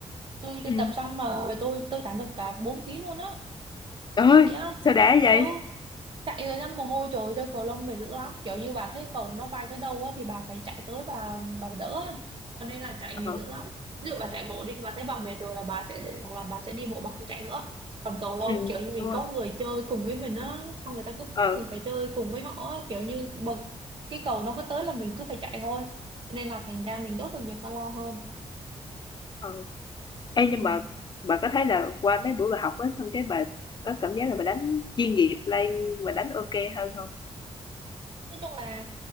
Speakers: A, on the right (about 45°); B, on the left (about 40°).
A: tôi tôi
B: ừ.
A: tập xong mà người tôi tôi giảm được cả 4 ký luôn á
B: Trời
A: chạy
B: ơi
A: á
B: sao đã vậy
A: ừ chạy rồi ra mồ hôi trồi ra cầu lông mệt dữ lắm kiểu như bà thấy cầu nó bay tới đâu á thì bà phải chạy tới bà bà đỡ á cho nên là chạy mệt
B: ờ
A: dữ lắm ví dụ bà chạy bộ đi bà thấy bà mệt rồi là bà sẽ hoặc là bà sẽ đi bộ bà không chạy nữa còn cầu lông
B: ừ.
A: kiểu như mình
B: đúng rồi
A: có người chơi cùng với mình á xong người ta cứ bắt
B: ờ
A: mình phải chơi cùng với họ á kiểu như bật cái cầu nó cứ tới là mình cứ phải chạy thôi nên là thành ra mình đốt được nhiều calo hơn
B: ờ Ê, nhưng
A: ừ.
B: mà bà có thấy là qua mấy buổi bà học á xong cái bà có cảm giác là bà đánh chuyên nghiệp lên và đánh ok hơn không
A: nói chung là